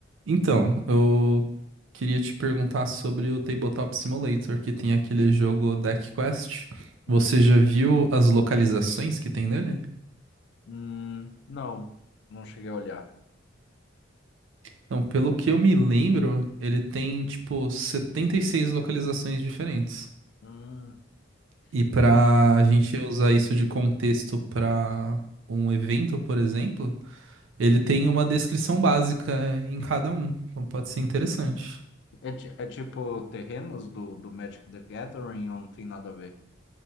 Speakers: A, on the right; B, on the left.
A: Então, eu queria te perguntar sobre o Tabletop Simulator, que tem aquele jogo Deck Quest.
B: Uhum.
A: Você já viu as localizações que tem nele?
B: Hum, não, não cheguei a olhar.
A: Então, pelo que eu me lembro, ele tem tipo 76 localizações diferentes.
B: Hum,
A: E pra
B: são-
A: gente usar isso de contexto pra um evento, por exemplo, ele tem uma descrição básica em cada um. Então pode ser
B: Uhum.
A: interessante.
B: É, ti- é tipo terrenos do, do Magic the Gathering ou não tem nada a ver?